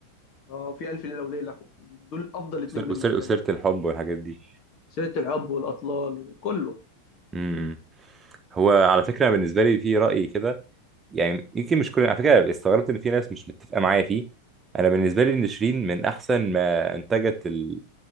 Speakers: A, on the left; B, on the right.
A: اه آه، في الف ليله وليله دول افضل اتنين بالنسبه
B: وسيرة وسيرة
A: لي
B: الحب والحاجات دي
A: سيره الحب والاطلال وكله
B: امم هو على فكره بالنسبه لي في راي كده يعني يمكن مش كل على فكره استغربت ان في ناس مش متفقه معايا فيه انا بالنسبه لي ان شيرين من احسن ما انتجت ال...